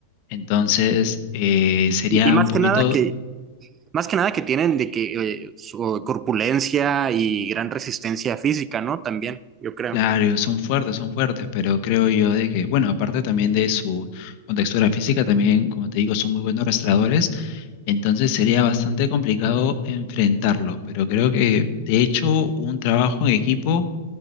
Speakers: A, on the left; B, on the right.
A: entonces eh, sería
B: Y más
A: un poquito,
B: que nada que, más que, nada que tienen de que eh, su corpulencia y gran resistencia física, ¿no? También, yo creo.
A: claro, son fuertes, son fuertes, pero creo yo de que, bueno, aparte también de su contextura física, también, como te digo, son muy buenos rastreadores, entonces sería bastante complicado enfrentarlo, pero creo que de hecho un trabajo en equipo